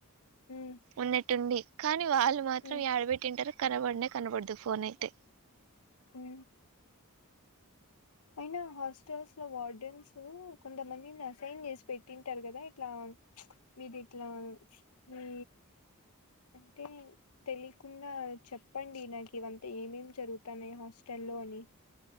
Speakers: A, on the left; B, on the right.
A: హ్మ్
B: ఉన్నట్టుండి కానీ వాళ్ళు మాత్రం
A: హ్మ్
B: ఏడబెట్టింటారు కనబడనే కనబడదు ఫోన్ అయితే
A: ఊ అయినా హాస్టల్స్ లో వార్డెన్స్ కొంతమందిని అసైన్ చేసి పెట్టింటారు కదా ఇట్లా మీది ఇట్లా మీ అంటే తెలియకుండా చెప్పండి నాకు ఇవంతా ఏమేమి జరుగుతాన్నాయి హాస్టల్లో అని